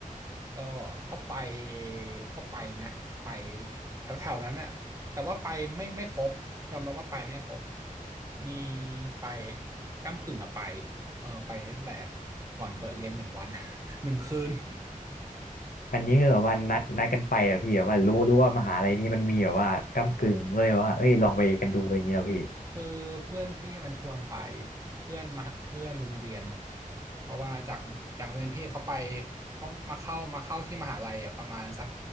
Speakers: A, on the right (about 20°); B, on the left (about 80°).
A: ก็ก็ไปก็ไปนะไปแถวๆนั้นอะแต่ว่าไปไม่ไม่ครบยอมรับว่าไปไม่ครบมีไปก้ำกึ่งอะไปเออไปตั้งแต่ก่อนเปิดเรียนหนึ่งวัน <laughs> หนึ่งคืน
B: อันนี้คือแบบว่านัดนัดกันไปเหรอพี่แบบว่ารู้รู้ว่ามหาลัยนี้มันมีแบบว่าก้ำกึ่งก็เลยว่าเอ้ยลองไปกันดูอะไรเงี้ยเหรอพี่
A: คือเพื่อนพี่มันชวนไปเพื่อนมาเพื่อนโรงเรียนเพราะว่าจากจากโรงเรียนพี่เขาไปเขามาเข้ามาเข้าที่มหาลัยอ่ะประมาณสัก